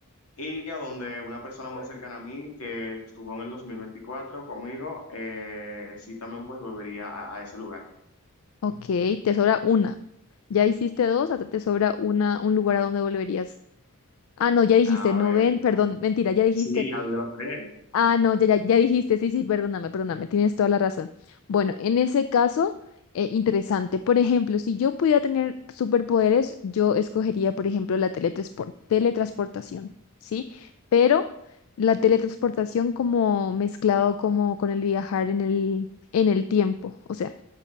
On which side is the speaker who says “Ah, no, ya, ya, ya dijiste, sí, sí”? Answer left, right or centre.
Left